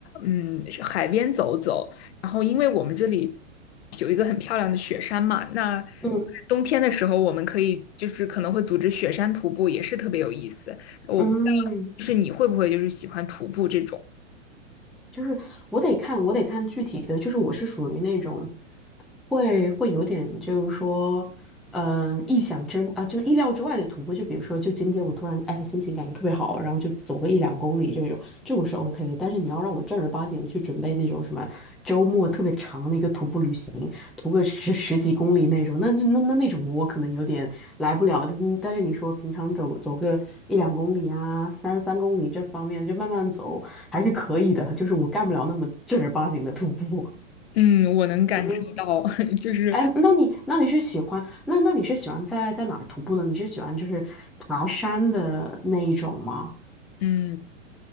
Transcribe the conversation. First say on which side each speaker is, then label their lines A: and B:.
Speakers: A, on the left; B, in the centre.
A: 嗯海边走走，然后因为我们这里有一个很漂亮的雪山嘛，那
B: 嗯
A: 冬天的时候我们可以就是可能会组织雪山徒步，也是特别有意思。我不知道，
B: 嗯。
A: 就是你会不会就是喜欢徒步这种？
B: 就是我得看，我得看具体的，就是我是属于那种会会有点，就是说，嗯、意想之啊、就是意料之外的徒步。就比如说，就今天我突然哎心情感觉特别好，然后就走个一两公里这种，这种是 OK 的。但是你要让我正儿八经地去准备那种什么周末特别长的一个徒步旅行，徒个十十几公里那种，那那那那种我可能有点。来不了，但但是你说平常走走个一两公里啊，三三公里这方面就慢慢走还是可以的，就是我干不了那么正儿八经的徒步。
A: 嗯，我能感受到，
B: <laughs> 嗯，
A: <laughs> 就是。
B: 哎，那你那你是喜欢那那你是喜欢在在哪儿徒步呢？你是喜欢就是爬山的那一种吗？
A: 嗯，